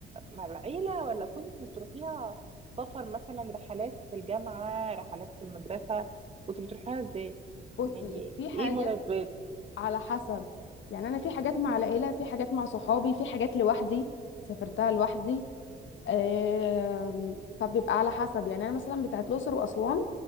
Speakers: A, on the right; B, on the left.
A: مع العيله ولا كنت بتروحيها سفر مثلا رحلات في الجامعه رحلات في المدرسه كنت بتروحيها ازاي
B: بصي
A: يعني
B: في حاجات
A: ايه المناسبات
B: على حسب يعني انا في حاجات مع العيله في حاجات مع صحابي في حاجات لوحدي سافرتها لوحدي آم، فبيبقى على حسب يعني انا مثلا بتاعت الاقصر واسوان